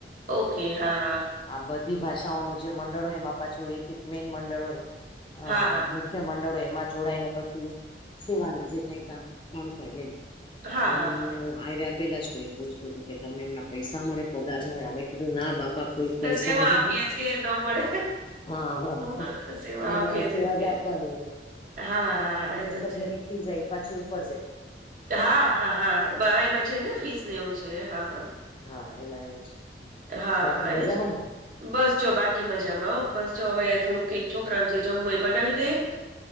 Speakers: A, on the right; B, on the left.
A: ઓકે હા હા.
B: આ બધી ભાષાઓનું જે મંડળ હોય એમાં પાછું એક એક મેન મંડળ હોય અ
A: હા, હા.
B: મુ ખ્ય મંડળો એમાં જોડાાય ને પછી સેવાને જે કઈ કામ કામ કાજ એ
A: હા,
B: તો હમણાં
A: હા, હા.
B: મને આવ્યા પેલા જ કોઈ પૂછતું હતું કે તમને એમના પૈસા મળે પગાર મળે અમે કીધું ના બાપા કોઈ પૈસા
A: ને સેવા
B: ના
A: આપીએ
B: આપે
A: છીએ ન મળે.
B: હા હા
A: હા. સેવા
B: એમાં
A: આપીએ
B: સેવા
A: છીએ
B: જ આપવાની
A: કે
B: હોય.
A: હા, હા,
B: કારણ
A: હા.
B: કે
A: એ
B: જે
A: તો
B: સભ્યની
A: છે.
B: ફી જાય પાછી ઉપર જાય.
A: કે હા હા હા એમાં છે, ને ફીસને એવું છે, હા હા
B: હા એમાં એવું છે,
A: હા,
B: બાકી
A: હા.
B: મજામાં
A: એ જ
B: ને?
A: બસ જો બાકી મજામાં હો આવો બસ જો હવે થોડુંક કઈક છોકરાને જે જમવું એ બનાવી દઈએ.